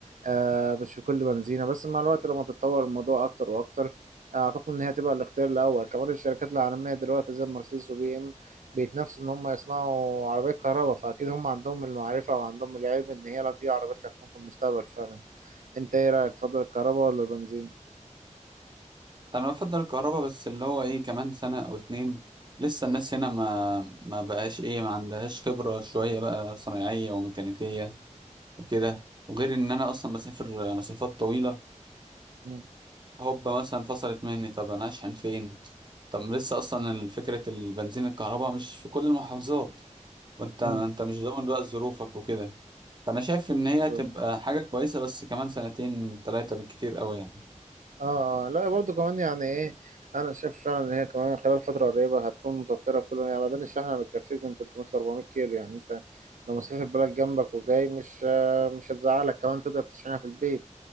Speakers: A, on the right; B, on the right.
A: آه مش في كل بنزينه بس مع الوقت لما تتطور الموضوع اكتر واكتر اعتقد ان هي هتبقى الاختيار الاول كمان الشركات العالميه دلوقتي زي مرسيدس وبي ام بيتنافسوا ان هم يصنعوا عربيات كهرباء فاكيد هم عندهم المعرفه وعندهم العلم ان هي لا دي عربيات اللي هتكون في المستقبل فعلا انت ايه رايك تفضل الكهرباء ولا البنزين
B: انا بفضل الكهرباء بس اللي هو ايه كمان سنة او اتنين لسه الناس هنا ما ما بقاش ايه ما عندهاش خبرة شوية بقى صنايعية وميكانيكية وكده وغير ان انا اصلا بسافر مسافات طويلة
A: مم.
B: هوب مثلا فصلت مني طب انا اشحن فين طب لسه اصلا فكره البنزين الكهرباء مش في كل المحافظات وانت
A: مم.
B: انت مش ضامن بقى ظروفك وكده فانا شايف ان هي
A: بالظبط
B: تبقى حاجه كويسه بس كمان سنتين ثلاثه بالكتير قوي يعني
A: اه آه، لا برضو كمان يعني ايه انا شايف فعلا ان هي كمان خلال فتره قريبه هتكون متوفره في كل يعني بدل الشحنه بتكفيك من 300 ل 400 كيلو يعني انت لو مسافر بلد جنبك وجاي مش آه، مش هتزعلك كمان تقدر تشحنها في البيت